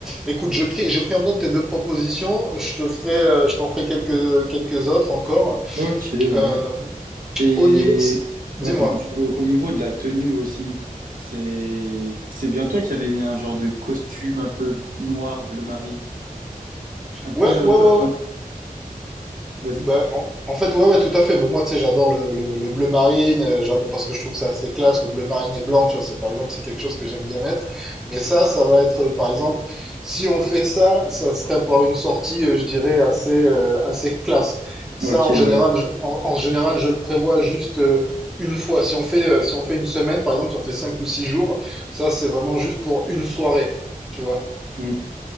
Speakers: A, in the centre; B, on the right (about 75°).
A: Écoute, j'ai pris j'ai pris en note tes deux propositions. Je te ferai, euh, je t'en ferai quelques quelques autres encore.
B: Ok, ouais.
A: Euh,
B: Et
A: au niveau, dis-moi.
B: attends, je- au, au niveau de la tenue aussi, c'est c'est bien toi qui avais mis un genre de costume un peu noir, bleu marine, un peu,
A: Ouais, ouais,
B: un
A: ouais,
B: peu, un-
A: ouais.
B: vas-y.
A: Bah, en, en fait, ouais, ouais, tout à fait. Bah, moi, tu sais, j'adore le, le- le bleu marine, euh, j'adore- parce que je trouve que c'est assez classe. Le bleu marine et blanc,
B: Mhm.
A: tu vois, c'est par exemple, c'est quelque chose que j'aime bien mettre. Mais ça, ça va être, euh, par exemple, si on fait ça, ça serait pour une sortie, euh, je dirais, assez, euh, assez classe. Ça,
B: Ok,
A: en général,
B: ouais.
A: je, en, en général, je le prévois juste euh, une fois. Si on fait, euh, si on fait une semaine, par exemple, si on fait cinq ou six jours, ça, c'est vraiment juste pour une soirée, tu vois.
B: Mm.